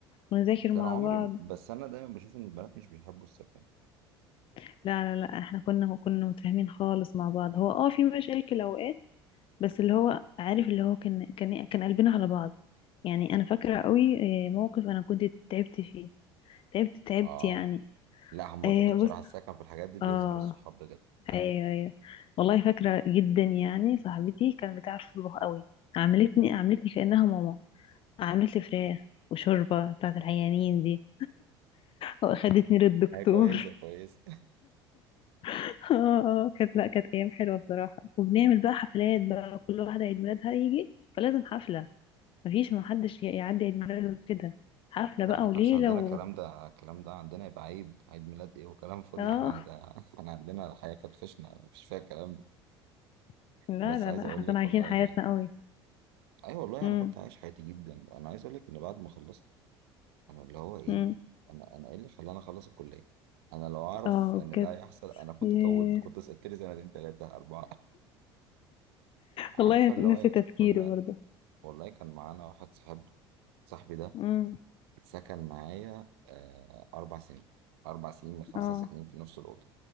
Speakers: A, on the left; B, on the right.
A: ونذاكر
B: بس
A: مع
B: أنا عمري
A: بعض
B: بس أنا دايما بشوف إن البنات مش بيحبوا السكن
A: لا لا لا احنا كنا كنا متفاهمين خالص مع بعض هو اه في مشاكل اوقات بس اللي هو عارف اللي هو كان كان كان قلبنا على بعض يعني انا فاكره قوي آه، موقف انا كنت تعبت فيه تعبت تعبت
B: اه
A: يعني
B: لا هما
A: آه،
B: في ال- بصراحة
A: بص
B: السكن في الحاجات دي بيظهر
A: اه
B: الصحاب بجد
A: ايوه ايوه والله فاكره جدا يعني صاحبتي كانت بتعرف تطبخ قوي عملتني عملتني كانها ماما عملت لي فراخ وشوربه بتاعت العيانين دي واخدتني للدكتور
B: هي كويسة كويسة
A: <laughs> اه اه كانت لا كانت ايام حلوه بصراحه وبنعمل بقى حفلات بقى كل واحده عيد ميلادها يجي فلازم حفله مفيش ما حدش ي- يعدي عيد ميلاده كده حفله
B: ده
A: بقى
B: احنا كانش
A: وليله
B: عندنا
A: و...
B: الكلام ده الكلام ده عندنا يبقى عيد عيد ميلاد ايه وكلام فاضي
A: اه
B: احنا عندنا <laughs> احنا عندنا الحياة كانت خشنة مفيش فيها الكلام ده
A: <laughs> لا
B: بس
A: لا
B: عايز
A: لا
B: اقول
A: احنا كنا
B: لك
A: عايشين
B: والله
A: حياتنا
B: يعني
A: قوي
B: اي أيوة والله
A: امم
B: انا كنت عايش حياتي جدا انا عايز اقول لك ان بعد ما خلصت انا اللي هو ايه
A: امم
B: انا انا ايه اللي خلاني اخلص الكليه انا لو اعرف
A: اه
B: ان
A: كانت
B: ده هيحصل انا كنت
A: ياه.
B: طولت كنت سقطت لي سنتين ثلاثه اربعه عارفه
A: والله
B: اللي
A: نسي
B: هو إيه؟
A: تفكيري
B: كنا
A: برضه
B: والله كان معانا واحد صاحبنا صاحبي ده
A: امم
B: سكن معايا آه اربع سنين اربع سنين من خمسه
A: اه
B: ساكنين في نفس الاوضه